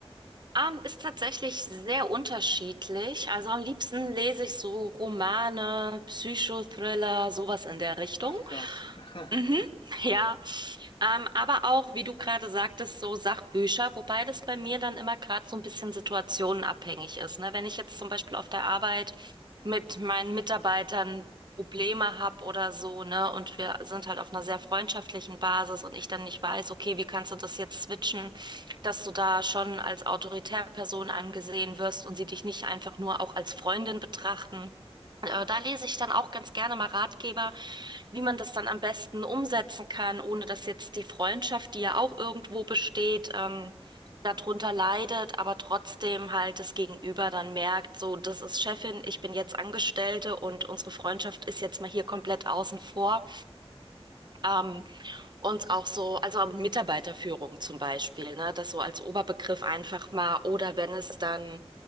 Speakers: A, on the right; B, on the left.
A: Ähm, ist tatsächlich sehr unterschiedlich. Also am liebsten lese ich so Romane, Psychothriller, sowas in der Richtung.
B: Ach, krass. <laughs>
A: Mhm, ja, ähm, aber auch, wie du gerade sagtest, so Sachbücher, wobei das bei mir dann immer gerade so ein bisschen situationenabhängig ist. Ne? Wenn ich jetzt zum Beispiel auf der Arbeit mit meinen Mitarbeitern Probleme habe oder so, ne, und wir sind halt auf einer sehr freundschaftlichen Basis und ich dann nicht weiß, okay, wie kannst du das jetzt switchen, dass du da schon als autoritäre Person angesehen wirst und sie dich nicht einfach nur auch als Freundin betrachten. Äh, Da lese ich dann auch ganz gerne mal Ratgeber, wie man das dann am besten umsetzen kann, ohne dass jetzt die Freundschaft, die ja auch irgendwo besteht, ähm, darunter leidet, aber trotzdem halt das Gegenüber dann merkt, so, das ist Chefin, ich bin jetzt Angestellte und unsere Freundschaft ist jetzt mal hier komplett außen vor. Ähm, und auch so, also auch Mitarbeiterführung zum Beispiel, ne? Das so als Oberbegriff einfach mal. Oder wenn es dann,